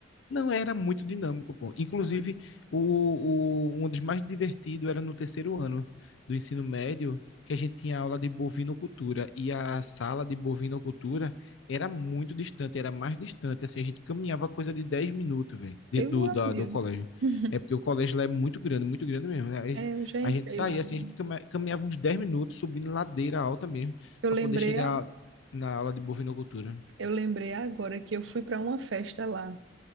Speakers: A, on the left; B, on the right.
A: não era muito dinâmico, pô. Inclusive, o, o, um dos mais divertidos era no terceiro ano do ensino médio, que a gente tinha aula de bovinocultura. E a sala de bovinocultura era muito distante, era mais distante. Assim, a gente caminhava coisa de 10 minutos, velho, dentro
B: Deu
A: do,
B: um ano
A: da-
B: meu.
A: do colégio.
B: <laughs>
A: É porque o colégio lá é muito grande, muito grande mesmo. né? Aí
B: É, eu já entrei
A: a gente saía,
B: lá.
A: assim,
B: já.
A: a gente cama- caminhava uns 10 minutos subindo ladeira alta mesmo,
B: Eu
A: para
B: lembrei,
A: poder chegar
B: a-
A: na aula de bovinocultura.
B: eu lembrei agora que eu fui para uma festa lá.